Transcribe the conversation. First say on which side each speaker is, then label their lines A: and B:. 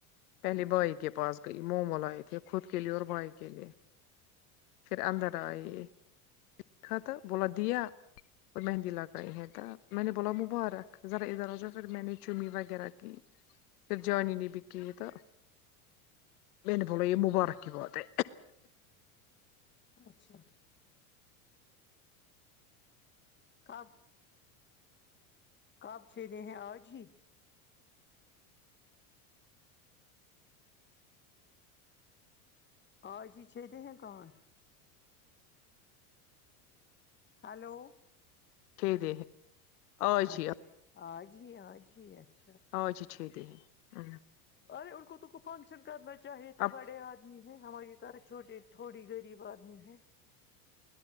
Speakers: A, on the left; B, on the left.
A: پہلے
B: اچھا
A: بھائی کے پاس گئی مومو لا ۓ تھے خود کے لیے اور بھائی کے لیئے پھر اندر آۓ تھاتو بولا دیا اور مہندی لگائی ہے تو میں نے بولا مبارک ذرا ادھر آ جا فر میں نے چمیی وغیرہ کی پھر جانی نے بی کی ہے تو میں نے بولا یہ مبارک کی بات ہے
B: اچھا کب کب چھیدے ہیں آج ہی آج ہی چھیدیں ہیں کان ہیلو
A: دے دے آج
B: اچھا
A: ہی
B: آج ہی آج ہی اچھ
A: آج ہی چھیدے ہے ہ
B: ارے ان کو تو کو فنکشن کرنا چاہیے تھا
A: اب
B: بڑے آدھ آدمی ہے ہماری طر ح چھوٹے تھوڑی غریب آدمی ہے